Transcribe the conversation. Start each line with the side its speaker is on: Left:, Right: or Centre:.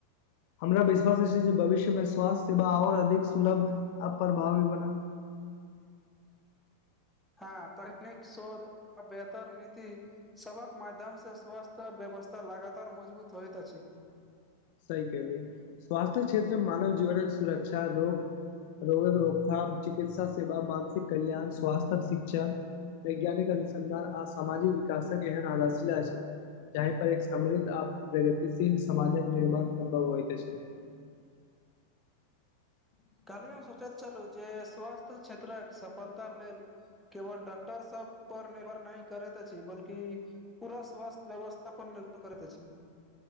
Left: हमरा विश्वास छै जे भविष्य मे स्वास्थ्य सेवा आओर अधिक सुलभ आ प्रभावी बनत।
Centre: हँ, तकनीक, शोध आ बेहतर नीति सभक माध्यमसँ स्वास्थ्य व्यवस्था लगातार मजबूत होइत अछि।
Left: सही कहलियै स्वास्थ्य क्षेत्रमे मानव जीवनक सुरक्षा रोग रोग रोकथाम, चिकित्सा सेवा, मानसिक कल्याण आ स्वास्थ्य शिक्षा। वैज्ञानिक अनुसन्धान आ सामाजिक विकासक इहन आधारसीला छै जहिअँ पर एक समृद्ध आ प्रगतिशील समाजक निर्माण सम्भव होइत अछि।
Centre: कहलियै, हम सोचैत छलहुँ जे स्वास्थ्य क्षेत्रक सफलता लेल केवल डॉक्टरसभ पर निर्भर नहि करैत अछि, बल्कि पूरा स्वस्थ्य व्यवस्था पर निर्भर करैत अछि